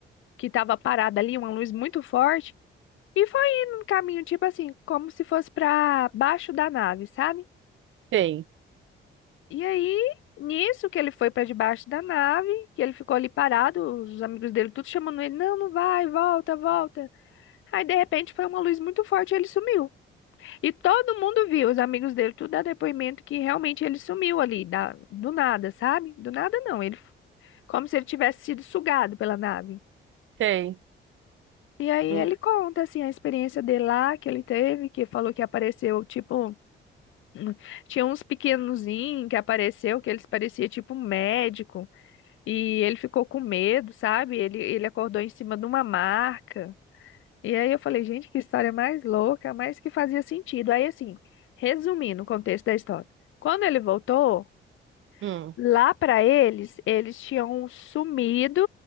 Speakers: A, on the left (about 80°); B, on the right (about 75°).
A: que estava parada ali, uma luz muito forte, e foi indo no caminho tipo assim, como se fosse para baixo da nave, sabe?
B: tem,
A: E aí, nisso que ele foi para debaixo da nave, que ele ficou ali parado, os amigos dele tudo chamando ele, não, não vai, volta, volta. Aí de repente foi uma luz muito forte e ele sumiu. E todo mundo viu, os amigos dele, tudo dá depoimento que realmente ele sumiu ali, da, do nada, sabe? Do nada não, ele, como se ele tivesse sido sugado pela nave.
B: tem.
A: E aí ele
B: Hum,
A: conta, assim, a experiência dele lá, que ele teve, que falou que apareceu, tipo, hum, tinha uns pequenozinhos que apareceu, que eles pareciam, tipo, um médico, e ele ficou com medo, sabe? Ele, ele acordou em cima de uma marca. E aí eu falei, gente, que história mais louca, mas que fazia sentido. Aí, assim, resumindo o contexto da história. Quando ele voltou,
B: hum.
A: lá para eles, eles tinham sumido